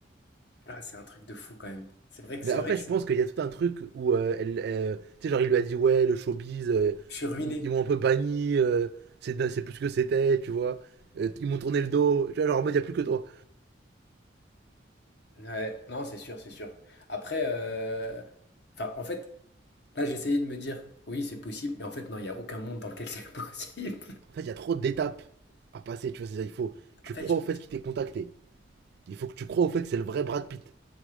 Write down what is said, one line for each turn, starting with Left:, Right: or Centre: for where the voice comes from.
Left: Ah, c'est un truc de fou quand même. C'est vrai que
Right: Mais
Left: c'est
Right: après,
Left: vrai que
Right: je
Left: c'est-
Right: pense qu'il y a tout un truc où euh, elle, euh, tu sais, genre il lui a dit ouais, le showbiz, euh,
Left: je suis ruiné.
Right: ils, ils m'ont un peu banni, euh, c'est c'est plus ce que c'était, tu vois. Euh, ils m'ont tourné le dos, tu vois, genre en mode il y a plus que toi.
Left: Ouais, non, c'est sûr, c'est sûr. Après, euh, enfin, en fait, là, j'essayais de me dire, oui, c'est possible, mais en fait, non, il n'y a aucun monde dans lequel c'est <laughs> possible.
Right: En fait, il y a trop d'étapes à passer, tu vois, c'est ça, il faut
Left: En
Right: tu
Left: fait,
Right: crois
Left: je
Right: au
Left: me
Right: fait
Left: dis,
Right: qu'il t'ait contacté. Il faut que tu crois au fait que c'est le vrai Brad Pitt.